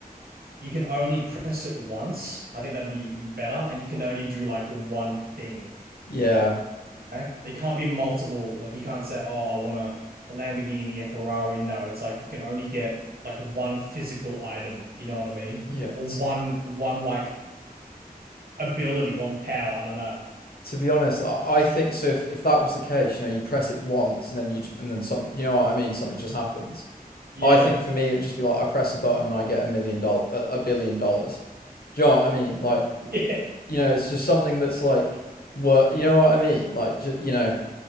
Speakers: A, on the right; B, on the left.
A: you can only press it once. I think that'd be better and you can only do like one thing,
B: yeah,
A: okay? It can't be multiple. Like you can't say, "Oh, I want a, a Lamborghini, a Ferrari." No, it's like you can only get like one physical item, you know what I mean?
B: yeah.
A: Or
B: T-
A: one one like ability, one power, I don't know.
B: to be honest, I, I think so. If, if that was the case, you know, you press it once and then you j- and then some, you know what I mean? Something just happens.
A: Yeah.
B: I think for me, it would just be like I press a button and I get a million dollars, a, a billion dollars. Do you know what I mean? Like,
A: <laughs>
B: you know, it's just something that's like, what you know what I mean? Like, ju- you know,